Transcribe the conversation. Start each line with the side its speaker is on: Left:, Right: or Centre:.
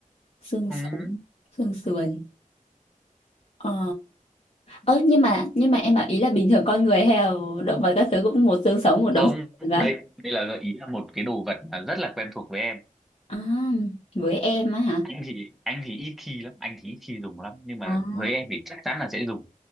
Left: xương
Centre: ừ,
Left: sống xương sườn ờ ơ nhưng mà nhưng mà em bảo ý là bình thường con người hay là động vật các thứ cũng một xương sống một đống
Centre: không
Left: xương sườn và
Centre: đây đây là gợi ý là một cái đồ vật mà rất là quen thuộc với em
Left: à, với em á hả
Centre: anh thì anh thì ít khi lắm anh thì ít khi dùng lắm nhưng mà
Left: à,
Centre: với em thì chắc chắn là sẽ dùng